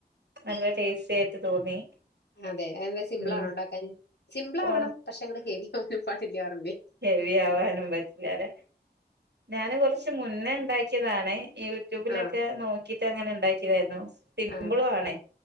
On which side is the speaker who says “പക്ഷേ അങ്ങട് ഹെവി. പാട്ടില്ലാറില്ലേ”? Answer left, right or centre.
Left